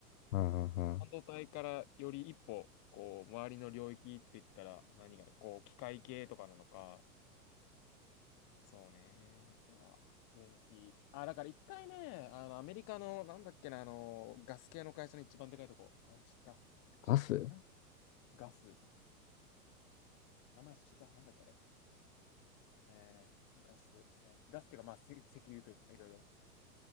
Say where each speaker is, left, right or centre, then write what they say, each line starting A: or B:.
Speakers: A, on the left; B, on the left.
A: うんうんうん
B: 半導体からより一歩、こう、周りの領域って言ったら何があるこう、機械系とかなのか、そうね。あとは、電気。あ、だから一回ね、あの、アメリカの、なんだっけな、あの、ガス系の会社の一番でかいとこ。あれ知った。
A: ガス
B: あれガス。名前知った。なんだっけあれ。えー、ガス、はいガスっていうか、まあ、せ石油というか、いろいろ、